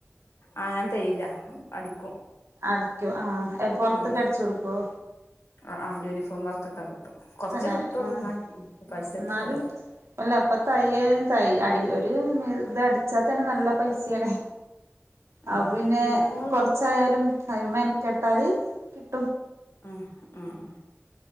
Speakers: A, on the left; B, on the right.
A: ആ ഞാൻ തേയ്യില്ല അടിക്കും.
B: ആടിക്കോ ആ അ പൊറത്തക്ക്
A: ഉം
B: അടിച്ചു കൊടുക്കോ
A: ആ <unintelligible> കൊറച്ചേ
B: തന്നേ
A: കിട്ടുള്ളൂ
B: ആ
A: എന്നാലും പരസ്യത്തുള്ള
B: ന്നാലും
A: ഇതൊക്കെ
B: വല്ല എപ്പ തയ്യൽ തയ്യ അടി ഒരു ഇത് അടിച്ചാ തന്നെ നല്ല പൈസയാണ്
A: ആ
B: ആപ്പൊ പിന്നെ
A: ഇല്ല ഞങ്ങൾ
B: കൊറച്ചായാലും അയ്മെ മെനക്കെട്ടാല് കിട്
A: ആഹ് ആ ആ